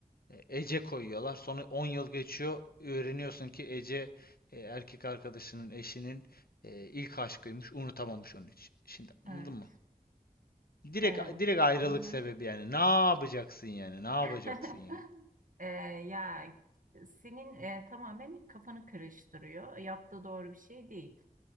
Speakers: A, on the left (about 80°); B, on the right (about 60°).
A: e, Ece koyuyorlar sonra 10 yıl geçiyor öğreniyorsun ki Ece e, erkek arkadaşının eşinin e, ilk aşkıymış unutamamış onun için. Şimdi
B: Evet.
A: anladın mı? Direkt
B: E, hı
A: direkt ayrılık
B: hı.
A: sebebi yani. Ne yapacaksın yani? Ne yapacaksın
B: <laughs>
A: yani?
B: E, ya senin e, tamamen kafanı karıştırıyor. Yaptığı doğru bir şey değil.